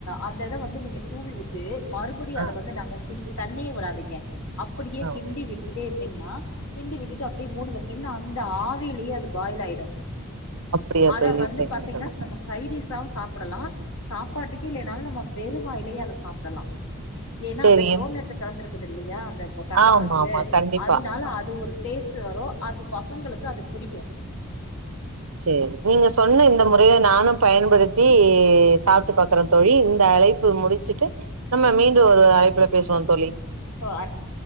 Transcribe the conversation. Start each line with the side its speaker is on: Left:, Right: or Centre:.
Left: அந்த இத வந்து நீங்க தூவி விட்டு மறுபடியு அத
Right: ஆ
Left: வந்து நாங்க கிண்டு தண்ணியே விடாதிங்க அப்படியே
Right: ஆ
Left: கிண்டி
Right: ஓ
Left: விட்டுட்டே இருந்தீங்னா கிண்டி விட்டுட்டு அப்டியே மூடி வச்டிங்னா அந்த ஆவிலியே அது பாயில் ஆயிடு
Right: அப்டியா
Left: அத
Right: தோழி
Left: வந்து
Right: சரிங்க
Left: பாத்தீங்னாச்
Right: தோழி
Left: நம்மச் சைடிஷாவு சாப்பிடலா சாப்பாட்டுக்கே இல்லைனாலு நம்ம வெறு வாயிலியே அத சாப்டலா ஏனா
Right: சரி
Left: அந்த குரோனெட்ட கலந்திருக்குதில்லையா அந்த இப்ப கடலப்பருப்பு
Right: ஆமா ஆமா கண்டிப்பா
Left: அதனால அது ஒரு டேஸ்ட்டு வரு அப்போ பசங்களுக்கு அது புடிக்கு
Right: சேரி நீங்க சொன்ன இந்த முறைய நானும் பயன்படுத்தி சாப்ட்டு பாக்கறந் தோழி இந்த அழைப்பு முடிச்சிட்டு நம்ம மீண்டு ஒரு அழைப்புல பேசுவோந் தோழி
Left: மருத்துவ